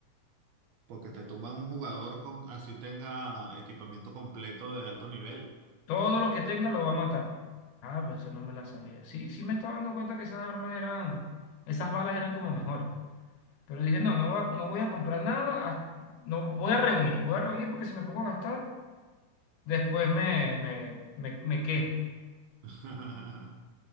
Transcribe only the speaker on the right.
Porque te tumban un jugador con, así tenga equipamiento completo de alto nivel.
<laughs>